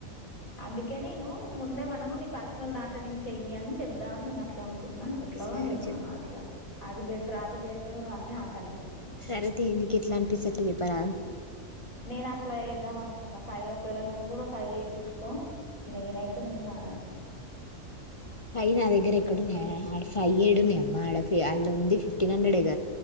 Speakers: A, on the left; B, on the left.
A: అందుకే నేను ముందే మనము నీ పర్సనల్ దాంట్లో నుంచి చెయ్యి అని చెప్దాంని నేను అట్లా అనుకుంటన్నాను
B: సరే చెప్
A: అది బెటర్ అది బెటర్ అని నాక్ అనిపిస్తుంది
B: సరే తీ నీకు ఎట్లా అనిపిస్తే అట్లా చెప్పరాదు
A: నేను అట్ల వేద్దాం అనుకున్నా ఫైవ్ ఒకవేళ నువ్వు కూడా ఫైవ్ వపించుకో నెనయితే నేనా
B: అయి నా దగ్గర ఎక్కడున్న్య్ ఆ పై్యడునేమ్మా ఆడ అళ్ళు ఉంది తెనండడె ఇగ